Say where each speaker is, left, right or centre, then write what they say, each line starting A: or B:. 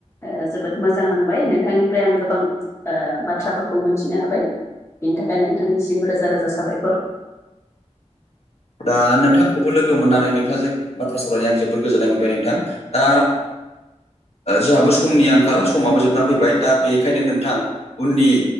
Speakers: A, on the left; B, on the left.
A: ओ जोबोद मोजां नांबाय नोंथांनिफ्राय आं गोबां ओ बाथ्राफोरखौ मोनथिनो हाबाय बिनि थाखाय नोंथांनिसिम रोजा रोजा साबायखर
B: दा नोंथांखौबो लोगो मोननानै नोंथांजों बाथ्रा सावरायना आं जोबोर गोजोननाय मोनबाय नोंथां दा जोंहाबो समनि आंखाल समाबो जोबनानै फैबाय दा बेखायनो नोंथां उननि